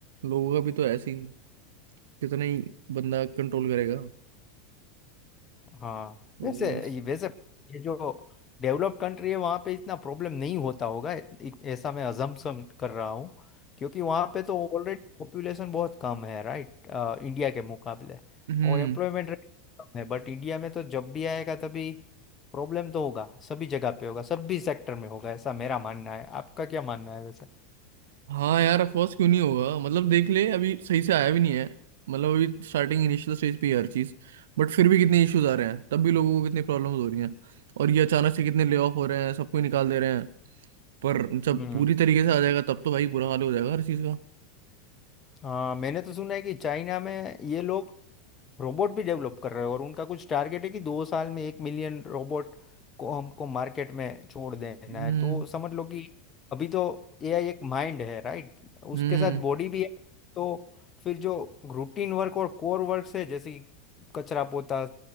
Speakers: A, on the right (about 70°); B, on the left (about 30°).
A: लोगों का भी तो ऐसे ही कितना ही बंदा कंट्रोल करेगा
B: हाँ
A: हम्म
B: वैसे ये वैसे ये जो डेवलप्ड कंट्री है वहाँ पे इतना प्रॉब्लम नहीं होता होगा इ- ऐसा मैं अजम्पशन कर रहा हूँ क्योंकि वहाँ पे तो ऑलरेडी पॉपुलेशन बहुत कम है राइट इंडिया के मुकाबले
A: हम्म
B: और एम्प्लॉयमेंट रेट कम है बट इंडिया में तो जब भी आएगा तभी प्रॉब्लम तो होगा सभी जगह पे होगा सभी सेक्टर में होगा ऐसा मेरा मानना है आपका क्या मानना है वैसे
A: हाँ यार अफकोर्स क्यों नहीं होगा मतलब देख ले अभी सही से आया भी नहीं है मतलब अभी स्टार्टिंग इनिशियल स्टेज पे ही है हर चीज बट फिर भी कितने इश्यूज आ रहे हैं तब भी लोगों को कितनी प्रॉब्लम्स हो रही हैं और ये अचानक से कितने ले ऑफ हो रहे हैं सबको ही निकाल दे रहे हैं पर जब
B: हम्म
A: पूरी तरीके से आ जाएगा तब तो भाई बुरा हाल हो जाएगा हर चीज का
B: हाँ मैंने तो सुना है कि चाइना में ये लोग रोबोट भी डेवलप कर रहे हैं और उनका कुछ टारगेट है कि दो साल में एक मिलियन रोबोट को हमको मार्केट में छोड़ देना
A: हम्म
B: है तो समझ लो कि अभी तो एआई एक माइंड है राइट उसके
A: हम्म
B: साथ बॉडी भी है तो फिर जो रूटीन वर्क और कोर वर्क है जैसे कि कचरा पोता